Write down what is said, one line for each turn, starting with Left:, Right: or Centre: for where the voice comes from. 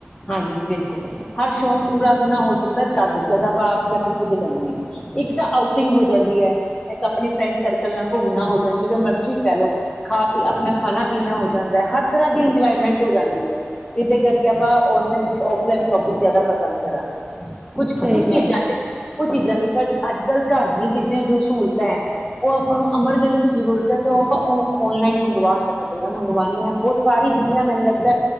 Left: ਹਾਂਜੀ ਬਿਲਕੁਲ ਹਰ ਸ਼ੌਕ ਪੂਰਾ ਆਪਣਾ ਹੋ ਸਕਦਾ ਤਦ ਜਦ ਆਪਾਂ ਆਪ ਜਾ ਕੇ ਖੁੱਦ ਲੈਂਦੇ ਹਾਂ ਇੱਕ ਤਾਂ ਆਊਟਿੰਗ ਹੋ ਜਾਂਦੀ ਹੈ, ਇੱਕ ਆਪਣੀ ਫਰੈਂਡ ਸਰਕਲ ਨਾਲ ਘੁੰਮਣਾ ਹੋਜਾਂ ਜਿਵੇਂ ਮਰਜ਼ੀ ਕਹਿ ਲਓ ਖਾ ਪੀ ਆਪਣਾ ਖਾਣਾ ਪੀਣਾ ਹੋ ਜਾਂਦਾ ਹਰ ਤਰ੍ਹਾਂ ਦੀ ਇੰਜੋਏਮੈਂਟ ਹੋ ਜਾਂਦੀ ਹੈ, ਜਿਹਦੇ ਕਰਕੇ ਆਪਾਂ ਔਨਲਾਈਨ ਔਫਲਾਈਨ ਸ਼ੋਪਿੰਗ ਜ਼ਿਆਦਾ ਪਸੰਦ ਕਰਾਂਗੇ। ਕੁਛ
Right: ਸਹੀ
Left: ਕੁਛ
Right: ਗੱਲ
Left: ਚੀਜ਼ਾਂ
Right: ਹੈ।
Left: ਲਈ ਕੁਝ ਚੀਜ਼ਾਂ ਦੀ। ਪਰ ਅੱਜ ਕੱਲ੍ਹ ਘਰ ਦੀਆਂ ਚੀਜ਼ਾਂ ਜੋ ਸਹੂਲਤਾਂ ਹੈ ਉਹ ਆਪਾਂ ਨੂੰ ਐਮਰਜੈਂਸੀ ਜ਼ਰੂਰਤ ਹੈ, ਤੇ ਉਹ ਆਪਾਂ ਔਨਲਾਈਨ ਮੰਗਵਾ ਸਕਦੇ ਹਾਂ ਮੰਗਵਾਨੇ ਹਾਂ ਬਹੁਤ ਸਾਰੀ ਦੁਨੀਆਂ ਮੈਨੂੰ ਲੱਗਦਾ